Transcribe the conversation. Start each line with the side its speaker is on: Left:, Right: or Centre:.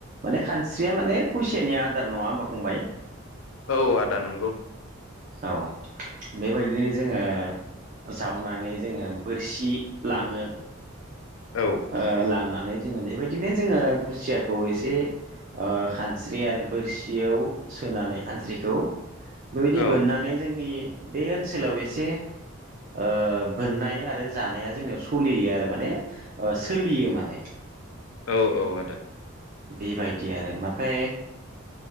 Right: माने खानस्रिया माने कुइसियानि आदार नङा होनबा फंबाय।
Left: औ आदा नंगौ।
Right: औ बेबायदिनो जोंङो जावनानै जोंङो बोरसि लाङो।
Left: औ
Right: ओ लांना नै जोंङो बेबायदिनो जोंङो खुसियाखौ एसे ओ खानस्रि आरो बोरसियाव सोनानै खानस्रिखौ बेबायदि
Left: औ
Right: बोननानै जोंनि बे ओनसोलाव एसे ओ बोननाय आरो जानाया जोंनियाव सलियो आरो माने ओ सोलियो माने।
Left: औ-औ आदा।
Right: बेबायदि आरो माफ्राय